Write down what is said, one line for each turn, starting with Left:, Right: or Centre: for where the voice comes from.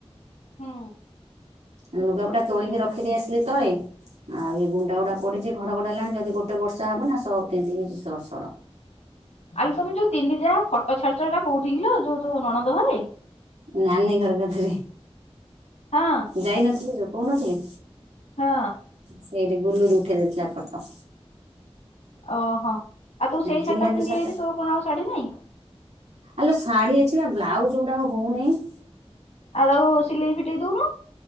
Left: ହୁଁ।
Right: ଲୁଗାପଟା ତୋଳିକି
Left: ହୁଁ
Right: ରଖିଦେଇ
Left: ହୁଁ।
Right: ଆସିଲି ତଳେ ଆଉ ଇଏ ଗୁଣ୍ଡା ଗୁଡା ପଡିଛି ଘଡଘଡ ହେଲାଣି ଯଦି ଗୋଟେ ବର୍ଷା ହବ ନା ସବୁ ତିନ୍ତିକି ଷଡଷଡ।
Left: ଆଲୋ ତମେ ଯୋଉ ତିନି ଯା ଫଟୋ ଛାଡିଛ କଉଠି କିଲ ଯୋଉ ଯୋଉ ନଣନ୍ଦ ଘରେ?
Right: ନାନୀ ଘର କଥିରେ।
Left: ହଁ।
Right: ଯାଇ ନଥିଲି ଯଉ କହୁନଥିଲି।
Left: ହଁ।
Right: ସେଇଠି ଗୁଲୁରୀ ଉଠେଇ ଦେଇଥିଲା ଫଟୋ।
Left: ଓହୋ ଆଉ ତୁ ସେଇ ଶାଢୀ
Right: ଚିହ୍ନା ଯୋଉ
Left: ପିନ୍ଧି ଯାଇଥିଲୁ
Right: ଟା
Left: କଣ ଆଉ ଶାଢୀ ନାଇଁ?
Right: ଆଲୋ ଶାଢୀ ଅଛି ବା ବ୍ଲାଉଜ ଗୁଡା ହଉନେଇ।
Left: ଆଉ ତାକୁ ସିଲେଇ ଫିଟେଇ ଦଉନୁ।